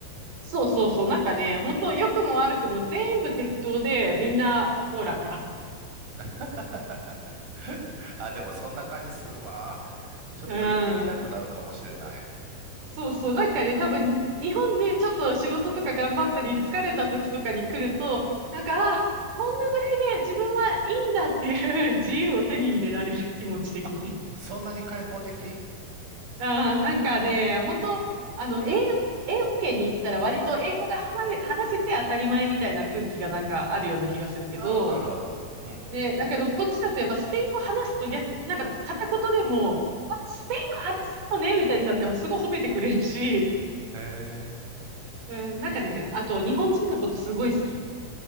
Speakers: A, on the right; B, on the right.
A: そうそうそう。なんかね、本当良くも悪くも全部適当で、みんなおおらか。
B: <laughs> あ、でもそんな感じするわ。ちょっと行ってみたくなるかもしれない。
A: うん。そうそう。なんかね、多分、日本でちょっと仕事とか頑張ったり、疲れた時とかに来ると、なんか、あ、こんなぐらいで自分はいいんだっていう <laughs> 自由を手に入れられる気持ち的に。
B: あ、そんなに開放的
A: ああなんかね、本当あの、英語、英語圏に行ったら割と英語が話せ、話せて当たり前みたいな空気がなんかあるような気がするけど、
B: うん、あるある。うん。
A: ね、だけどこっちだとやっぱスペイン語話すと逆、なんか片言でも、あスペイン語話すのねみたいになってもすごい褒めてくれるし、
B: へえ。
A: うん、なんかね、あと日本人のことすごい好き。